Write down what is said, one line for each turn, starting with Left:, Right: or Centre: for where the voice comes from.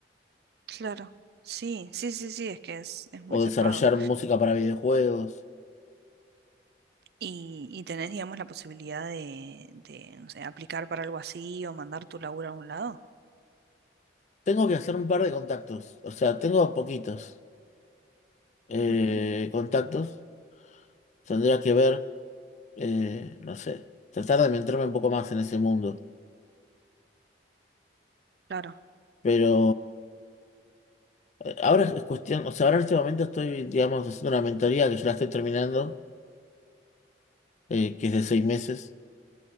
Right: Claro. Sí, sí, sí, sí, es que es, es muy
Left: O
Right: zarpado.
Left: desarrollar música para videojuegos.
Right: Y, y tenés, digamos, la posibilidad de, de, no sé, aplicar para algo así o mandar tu laburo a un lado.
Left: Tengo que hacer un par de contactos, o sea, tengo poquitos eh,
Right: Ujú,
Left: contactos. Tendría que ver, eh, no sé, tratar de meterme un poco más en ese mundo.
Right: Claro.
Left: Pero eh, ahora es cuestión, o sea, ahora en este momento estoy, digamos, haciendo una mentoría que ya la estoy terminando, eh, que es de seis meses,